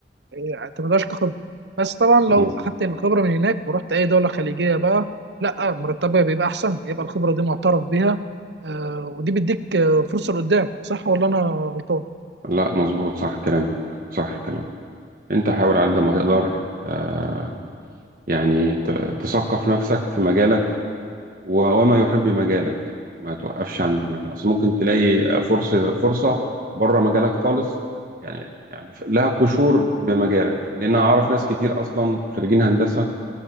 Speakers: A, on the right; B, on the right.
A: هي اعتمدهاش كخبره بس طبعا لو
B: مم.
A: اخدت الخبره من هناك ورحت اي دوله خليجيه بقى لا مرتبها بيبقى احسن بيبقى الخبره دي معترف بيها آه ودي بيديك آه، فرصه لقدام صح ولا انا غلطان؟
B: لا مظبوط صح كلامك صح كلامك انت حاول على قد ما تقدر آه، يعني ت- تثقف نفسك في مجالك و- وما يحب مجالك ما توقفش عند مجال اصل ممكن تلاقي فرصة فرصة بره مجالك خالص يعني يعني ف- لها قشور بمجالك لان انا اعرف ناس كتير اصلا خريجين هندسة